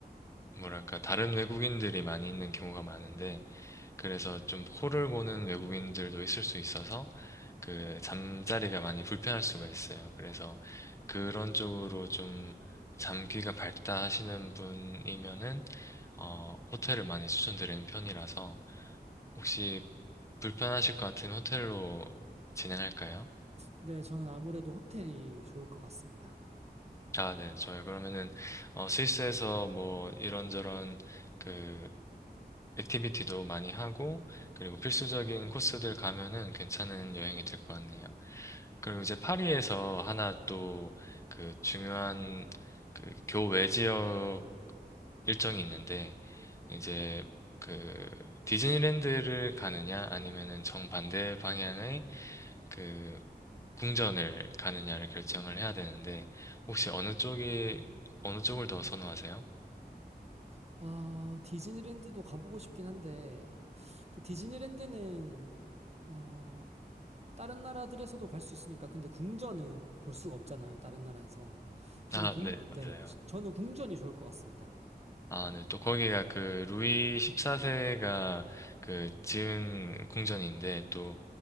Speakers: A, on the left; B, on the right.
A: 뭐랄까 다른 외국인들이 많이 있는 경우가 많은데 그래서 좀 코를 고는 외국인들도 있을 수 있어서 그 잠자리가 많이 불편할 수가 있어요. 그래서 그런 쪽으로 좀 잠귀가 밝다 하시는 분이면은 어 호텔을 많이 추천드리는 편이라서 혹시 불편하실 것 같으면 호텔로 진행할까요?
B: 네, 저는 아무래도 호텔이 좋을 것 같습니다.
A: 아, 네. 저희 그러면은 어 스위스에서 뭐 이런저런 그 액티비티도 많이 하고, 그리고 필수적인 코스들 가면은 괜찮은 여행이 될 것 같네요. 그리고 이제 파리에서 하나 또 그 중요한 그 교외 지역 일정이 있는데, 이제 그 디즈니랜드를 가느냐 아니면은 정반대 방향의 그 궁전을 가느냐를 결정을 해야 되는데, 혹시 어느 쪽이, 어느 쪽을 더 선호하세요?
B: 아, 디즈니랜드도 가보고 싶긴 한데, 그 디즈니랜드는, 어, 다른 나라들에서도 갈 수 있으니까, 근데 궁전은 볼 수가 없잖아요, 다른 나라에서. 저는
A: 아,
B: 궁,
A: 네,
B: 네,
A: 맞아요.
B: 저- 저는 궁전이 좋을 것 같습니다.
A: 아, 네. 또 거기가 그 루이 14세가 그 지은 궁전인데 또